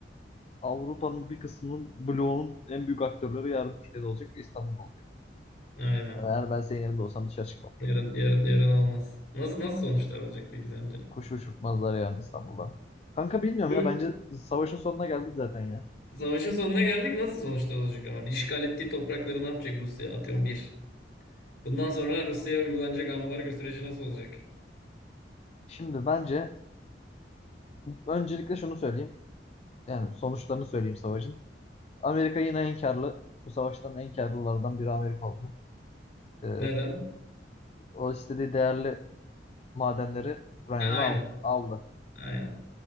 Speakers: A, on the left; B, on the left.
A: Avrupa'nın bir kısmının bloğunun en büyük aktörleri yarın Türkiye'de olacak ve İstanbul'da olacak.
B: Aynen.
A: Yani ben senin yerinde olsam dışarı çıkmam.
B: Yarın yarın yarın olmaz. Nasıl nasıl sonuçlar olacak peki sence?
A: Kuş uçurtmazlar yani İstanbul'da. Kanka bilmiyorum
B: Bu
A: ya bence savaşın sonuna geldik zaten ya.
B: savaşın sonuna geldik. Nasıl sonuçlar olacak ama? Bir işgal ettiği toprakları ne yapacak Rusya? Atıyorum bir. Bundan sonra Rusya'ya uygulanacak ambargo süreci nasıl olacak?
A: Şimdi bence öncelikle şunu söyleyeyim. Yani sonuçlarını söyleyeyim savaşın. Amerika yine en karlı. Bu savaştan en karlılardan biri Amerika oldu. Ee,
B: Neden?
A: o istediği değerli madenleri Ukrayna'dan
B: Ha, aynen.
A: al- aldı.
B: Aynen.